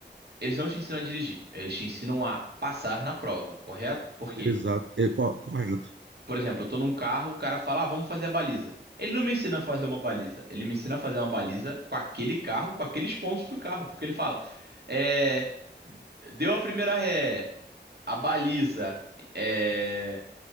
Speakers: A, on the right; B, on the right.
A: eles não te ensinam a dirigir, eles te ensinam a passar na prova, correto? Por quê?
B: exato, é, co- correto.
A: Por exemplo, eu tô num carro, o cara fala, ah, vamos fazer a baliza. Ele não me ensina a fazer uma baliza. Ele me ensina a fazer uma baliza com aquele carro, com aqueles pontos do carro. Porque ele fala, é, deu a primeira ré, a baliza, é,